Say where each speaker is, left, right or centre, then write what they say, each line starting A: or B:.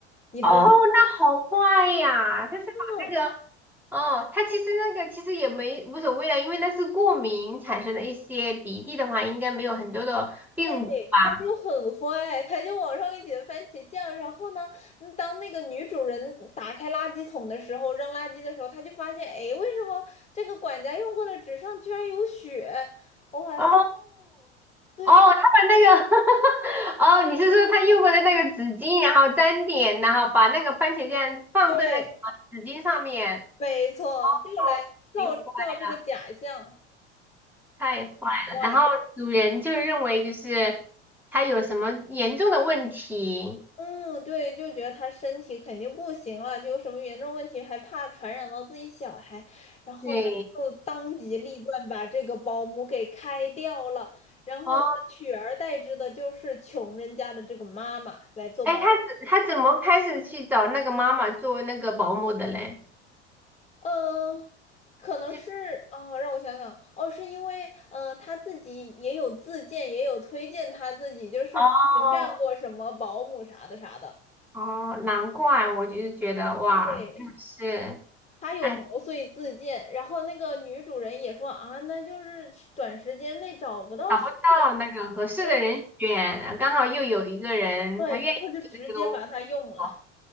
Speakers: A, on the left; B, in the centre.
A: 你知
B: 哦，那好坏呀！他是把那个，
A: 道吗？
B: 哦，他其实那个其实也没无所谓的，因为那是过敏产生的一些鼻涕的话，应该没有很多的病毒吧？
A: 对，她就很坏，她就往上面挤了番茄酱。然后呢，嗯当那个女主人打开垃圾桶的时候，扔垃圾的时候，她就发现，哎，为什么这个管家用过的纸上居然有血？哇塞，
B: 哦
A: 对
B: 哦，他把那个 <laughs> 哦，你是说他用过的那个纸巾，然后沾点，然后把那个番茄酱放在那个纸巾上面？
A: 对，没错，就来造造这个假象，
B: 哦，太坏了，太坏了！
A: 坏。
B: 然后主人就认为就是他有什么严重的问题，
A: 嗯，对，就觉得他身体肯定不行了，就有什么严重问题，还怕传染到自己小孩，然后呢，
B: 对，
A: 就当机立断把这个保姆给开掉了，然后呢，
B: 哦，
A: 取而代之的就是穷人家的这个妈妈来做保姆。
B: 哎，他怎他怎么开始去找那个妈妈做那个保姆的嘞？
A: 呃，可能是哦，
B: 就是
A: 让我想想，哦，是因为呃，他自己也有自荐，也有推荐他自己，就是之前干过什么保姆啥的啥的，
B: 哦哦，难怪我就是觉得哇，
A: 对。
B: 真的是。
A: 他有毛遂自荐，
B: 哎，
A: 然后那个女主人也说啊，那就是短时间内找不到合
B: 找不到那个合适的人选，
A: 对
B: 刚好又有一个人他愿意做这个东
A: 对，然后就直接把它用了。
B: 作，